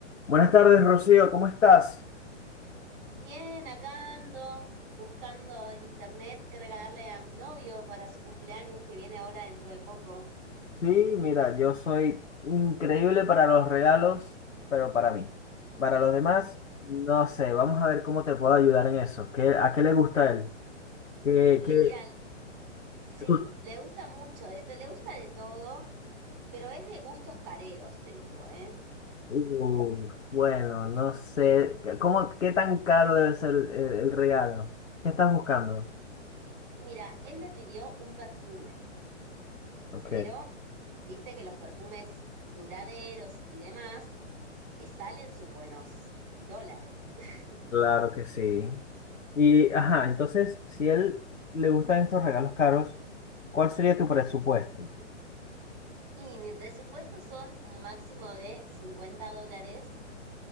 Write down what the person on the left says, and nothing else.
Buenas tardes, Rocío, ¿cómo estás?
Sí, mira, yo soy increíble para los regalos, pero para mí. Para los demás, no sé, vamos a ver cómo te puedo ayudar en eso. ¿Qué, a qué le gusta a él? ¿Qué,
qué-
qué cul-
Uf, bueno, no sé, ¿cómo, qué tan caro debe ser el, el- el regalo? ¿Qué estás buscando?
Ok,
claro que sí. Y, ajá, entonces, si a él le gustan estos regalos caros, ¿cuál sería tu presupuesto?